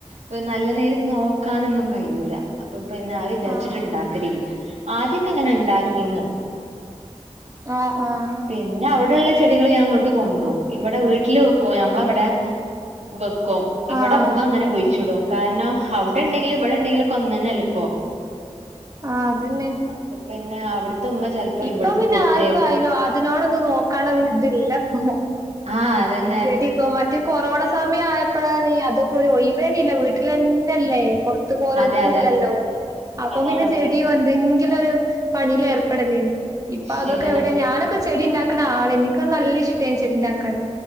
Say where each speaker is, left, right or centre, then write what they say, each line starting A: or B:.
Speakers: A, on the right; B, on the right.
A: ഒരു നല്ല നേരക്ക് നോക്കാനൊന്നും കയൂല. അപ്പൊ പിന്നെ അത് വിചാര്ച്ച്ട്ട്
B: ആഹ്
A: ഇണ്ടാക്കല് ഇല്ല. ആദ്യൊക്കെ അങ്ങനെ ഇണ്ടാക്കീന്നു.
B: ആഹ് ആഹ്.
A: പിന്നെ അവിടെ ഇള്ള ചെടികള് ഞാ ഇങ്ങട്ട് കൊണ്ട്രും. ഇവടെ വീട്ടില് വെക്കും ഞമ്ലവെടെ. ബെക്കും ഇവടെ
B: ആഹ്
A: ഇമ്മങ്ങനെ
B: ശരി
A: കുയ് ച്ടും. കാര്ണം അവിടെ ഇണ്ടെങ്കിലും ഇവടെ ഇണ്ടെങ്കിലും ഒക്കെ ഒന്നന്നെല്ലെപ്പോ.
B: ആഹ് അതന്നെ.
A: അപ്പൊ പിന്നെ അവ്ട്ത്തെ ഉമ്മ. ചെലപ്പോ
B: ഇപ്പം
A: ഇവിടക്ക്
B: പിന്നെ
A: കൊടുത്തേക്കും
B: ആർക്കും അയ്നൊ അതിനോടൊന്നും നോക്കാള്ളൊരു ഇത് ഇല്ലപ്പൊ.
A: ആഹ് അതെന്നെ.
B: ചെടിപ്പൊ മറ്റെ കൊറോണ സമയം ആയപ്പോളാണെ അതൊക്കെ ഒരു ഒഴീവേനില്ല വീട്ടിലെൻ എല്ലെ പൊർത്ത് പോവലൊന്നും
A: അതെ അതെ
B: ഇല്ലല്ലോ. അപ്പൊ
A: അതാണ്
B: പിന്നെ
A: അതാണ്
B: ചെട്യാെ എന്തെങ്കി. ങ്കിലും ഒരു പണീലേർപ്പെടലേനി. ഇപ്പൊ
A: ശരിയാണ്
B: അതൊക്കെ എവിടെ ഞാനൊക്കെ. ചെടി ഇണ്ടാക്ക്ണ ആളേനി. ഇക്ക് നല്ല ഇഷ്ടേന് ചെടിണ്ടാക്കാന്.